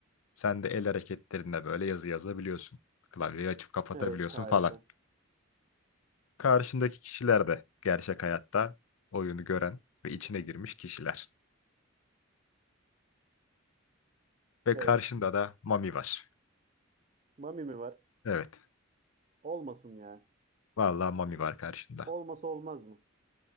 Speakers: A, on the left; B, on the right.
A: Sen de el hareketlerinle böyle yazı yazabiliyorsun. Klavyeyi açıp kapatabiliyorsun
B: Evet, harika.
A: falan. Karşındaki kişiler de gerçek hayatta oyunu gören ve içine girmiş kişiler. Ve
B: Evet.
A: karşında da Mami var.
B: Mami mi var?
A: Evet.
B: Olmasın ya.
A: Vallahi Mami var karşında.
B: Olmasa olmaz mı?